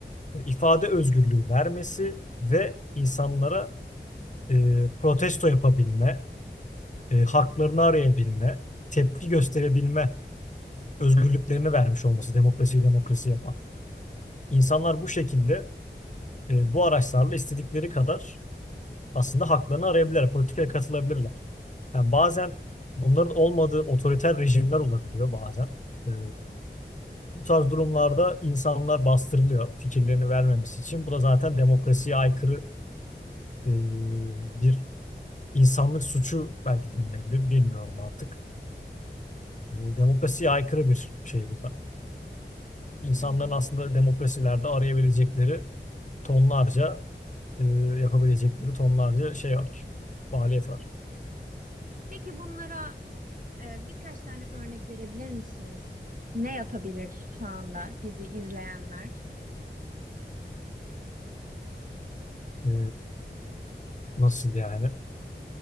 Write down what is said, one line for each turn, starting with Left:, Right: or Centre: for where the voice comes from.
Left: E, İfade özgürlüğü vermesi ve insanlara e, protesto yapabilme, e, haklarını arayabilme, tepki gösterebilme özgürlüklerini vermiş olması demokrasiyi demokrasi yapan. İnsanlar bu şekilde e, bu araçlarla istedikleri kadar aslında haklarını arayabilirler, politikaya katılabilirler. Yani bazen bunların olmadığı otoriter rejimler olabiliyor bazen. Ee, bu tarz durumlarda insanlar bastırılıyor fikirlerini vermemesi için. Bu da zaten demokrasiye aykırı e, bir insanlık suçu belki denilebilir, bilmiyorum artık. E, demokrasiye aykırı bir şey bu da. İnsanların
Right: hı hı.
Left: aslında demokrasilerde arayabilecekleri tonlarca, e, yapabilecekleri tonlarca şey var, faaliyet var.
Right: Peki bunlara e, birkaç tane örnek verebilir misiniz? Ne yapabilir şu anda bizi izleyenler?
Left: E, Nasıl yani?